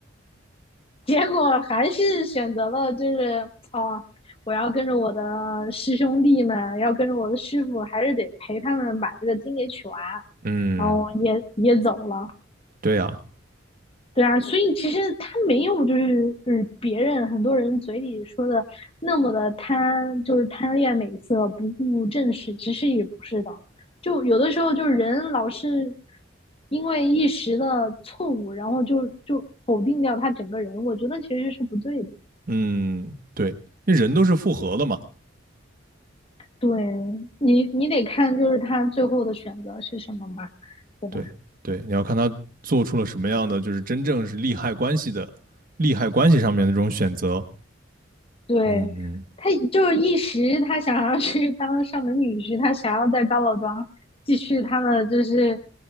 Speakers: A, on the left; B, on the right.
A: 结果还是选择了就是哦，我要跟着我的师兄弟们，要跟着我的师傅，还是得陪他们把这个经给取完，
B: 嗯，
A: 然后也也走了。
B: 对啊，
A: 对啊，所以其实他没有就是就是别人很多人嘴里说的那么的贪，就是贪恋美色，不顾正事，其实也不是的。就有的时候就是人老是因为一时的错误，然后就就否定掉他整个人，我觉得其实是不对的。
B: 嗯，对，那人都是复合的嘛，
A: 对你，你得看就是他最后的选择是什么嘛，对吧？
B: 对对，你要看他做出了什么样的，就是真正是利害关系的利害关系上面的这种选择。
A: 对，
B: 嗯。嗯
A: 他就是一时他想要去当上门女婿，他想要在高老庄继续他的就是